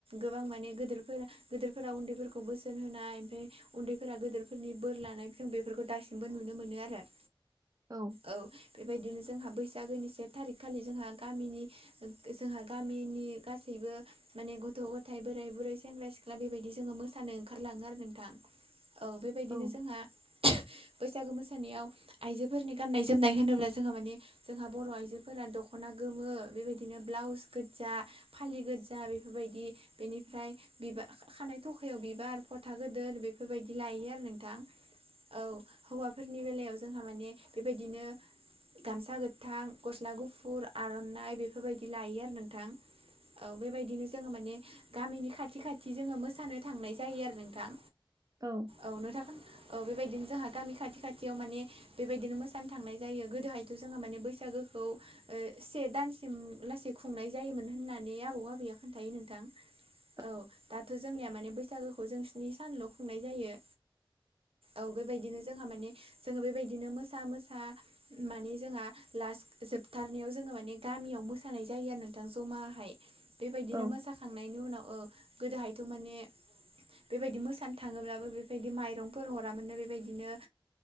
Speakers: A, on the right; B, on the right.
A: गोबां माने गोदोरफोरा गोदोरफोरा उन्दैफोरखौ बोसोन होनाय ओमफाय उन्दैफोरा गोदोरफोरनि बोर लानाय जों बेफोरखौ दासिमबो नुनो मोनो आरो।
B: औ
A: औ बेबायदिनो जोंहा बैसागोनि से थारिख खालि जोंहा गामिनि जोंहा गामिनि गासैबो माने गथ' गथाय बोराय बुरै सेंग्रा सिख्ला बेबायदि जोङो मोसानो ओंखारलाङो आरो नोंथां। औ बेबायदिनो
B: औ
A: जोंहा बैसागु मोसानायाव आइजोफोरनि गाननाय जोमनाय होनोब्ला जोंहा माने जोंहा बर' आइजो फोरा दख'ना गोमो बेबायदिनो ब्लाउस गोजा फालि गोजा बेफोरबायदि बेनिफ्राय बिबार खानाय थखायाव बिबार फोथा गोदोर बेफोरबायदि लायो आरो नोंथां। औ हौवाफोरनि बेलायाव जोंहा माने बेबायदिनो गामसा गोथां गस्ला गुफुर आर'नाइ बेफोरबायदि लायो आरो नोंथां औ बेबायदिनो जोङो माने गामिनि खाथि खाथि जोङो मोसानो थांनाय जायो आरो नोंथां।
B: औ
A: औ नोंथांङख खोना औ बेबायदिनो जोंहा गामि खाथि खाथियाव माने बेबायदिनो मोसानो थांनाय जायो गोदोहायथ' जोंहा माने बैसागो खौ से दानसिम लासै खुंनाय जायोमोन होननानै आबौ आबैया खोन्थायो नोंथां।
B: <inaudible>
A: औ दाथ' जोंनिया माने बैसागोखौ जों स्नि सानल' खुंनाय जायो। औ बेबायदिनो जोंहा माने जोङो बेबायदिनो मोसा मोसा माने जोंहा लास्ट जोबथारनायाव जोङो माने गामियाव मोसानाय जायो आरो नोंथां जमाहाय बेबायदिनो
B: औ
A: मोसा खांनायनि उनाव औ गोदोहायथ' माने बेबायदि मोसानो थाङोब्लाबो बेबायदि माइरंफोर हरामोननो बेबायदिनो